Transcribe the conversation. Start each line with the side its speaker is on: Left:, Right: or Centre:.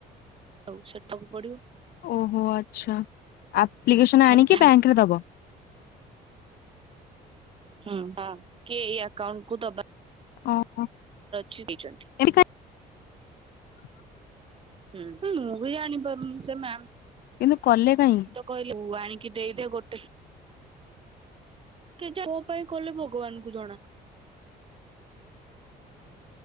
Right: ଆଉ ସେଠାକୁ ପଡିବ।
Left: ଓହୋ ଆଚ୍ଛା ଆପ୍ଲିକେସନ
Right: ଭାରି
Left: ଆଣିକି
Right: ଝାମ
Left: ବ୍ୟାଙ୍କରେ ଦବ।
Right: ହୁଁ, ହଁ କିଏ ଏ ଆକାଉଣ୍ଟକୁ ଦ
Left: ଓହୋ।
Right: ଚ ଦେଇଛନ୍ତି।
Left: ଏମିତି କାଇଁ <inaudible>
Right: ହୁଁ, ହୁଁ ମୁଁ ବି ଜାଣି ପାରୁନି ସେ ମ୍ୟା
Left: କିନ୍ତୁ କଲେ କାହିଁ
Right: ମୁ ତ କହିଲି ୟାଇଙ୍ଗ ଦେଇଦେ ଗୋ କି ଯେ ମୋ ପାଇଁ କଲେ ଭଗବାନ କୁ ଜଣା।